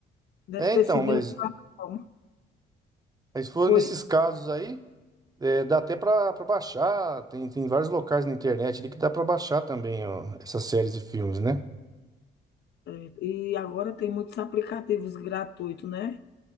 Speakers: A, on the left; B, on the right.
A: Deve
B: É,
A: ter
B: então,
A: sido
B: mas,
A: em outra plataforma.
B: mas se for
A: Foi.
B: nesses casos aí, é, dá até pra, pra baixar. Tem, tem vários locais na internet ali que dá pra baixar também, ó, essas séries e filmes, né?
A: é, E agora tem muitos aplicativos gratuitos, né?